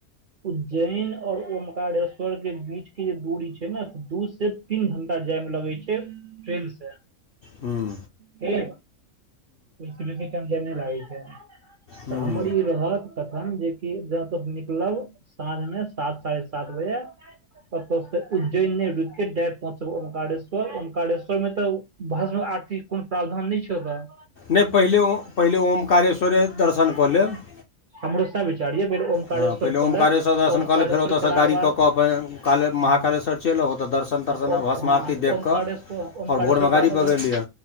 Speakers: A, on the right; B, on the left.
A: उज्जैन और ओंकारेश्वर के बीच के जे दूरी छै नै से दू से तीन घंटा जाय मे लगय छै ट्रेन से।
B: हूं।
A: के ओय से बेसी टैम जाए में नै लागय छै।
B: हूँ
A: तऽ हमर ई रहत तखन जे कि जा तक निकलब साँझ मे सात साढ़े सात बजे ऐतय से उज्जैने रुक के डायरेक्टर पहुचब ओंकारेश्वर ओंकारेश्वर मे तै भस्म आरती के कुनु प्रावधान नै छै ओतय
B: नै पहिले ओ पहिले ओंकारेश्वरे दर्शन कऽ लेब।
A: हमरो सैह विच चार यै फेर ओंकारेश्वर
B: हँ पहिले ओमकारेश्वर
A: क लेब,
B: दर्शन
A: ओंकारेश्वर
B: कऽ ले फेर ओतयसँ
A: केला
B: गाड़ी
A: के बाद
B: कऽ कऽ अपन काले महाकालेश्वर
A: अ हां।
B: चलि आउ ओतय दर्शन तर्शन
A: आ ओ
B: भस्म
A: हां
B: आरती
A: त
B: देखि
A: ओंकारेश्वर
B: कऽ आओर
A: ओंकारेश्वर
B: भोरमे
A: के
B: गाड़ी
A: बाद
B: पकड़ि
A: अगर
B: लिअ